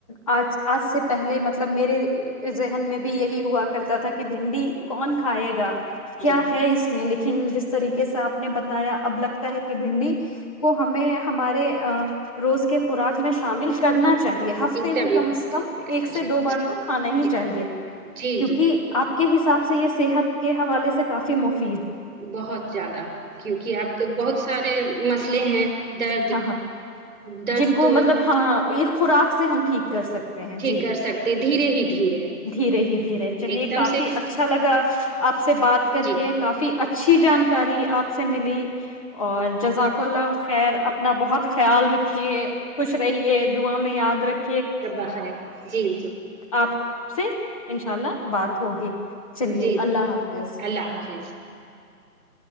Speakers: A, on the left; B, on the right.
A: آج آج سے پہلے مطلب میرے ذہن میں بھی یہی ہوا کرتا تھا کہ بھنڈی کون کھائے گا کیا
B: جی
A: ہے اس میں لیکن جس طریقے سے آپ نے بتایا اب لگتا ہے کہ بھنڈی کو ہمیں ہمارے روز کے خوراک میں شامل کرنا چاہیے ہفتے
B: ایک
A: میں
B: دم ایک
A: کم
B: دم
A: از کم
B: کرنا
A: ایک سے
B: چاہیے
A: دو بار
B: جی
A: تو کھانا ہی
B: جی
A: چاہیے
B: جی
A: کیونکہ
B: جی
A: آپ کو حساب سے یہ صحت کے حوالے سے کافی مفت
B: بہت زیادہ کیونکہ اب تو بہت سارے مسئلے ہیں درد
A: ہاں ہاں
B: درد
A: جن کو
B: تو
A: مطلب ہاں ایک خوراک سے ہم ٹھیک کر سکتے ہیں
B: ٹھیک
A: جی
B: کر سکتے دھیرے ہی دھیرے
A: دھیرے ہی دھیرے چلیے
B: ایک دم
A: کافی
B: سے
A: اچھا لگا آپ سے بات کر
B: جی
A: کے کافی اچھی جانکاری آپ سے ملی اور جزاک اللہ خیر اپنا بہت خیال رکھیے خوش رہیے دا میں یاد رکھ
B: سبب ہے جی جی
A: آپ سے ان شاء اللہ بات ہوگی چلیے
B: جی جی
A: اللہ حافظ
B: اللہ حافظ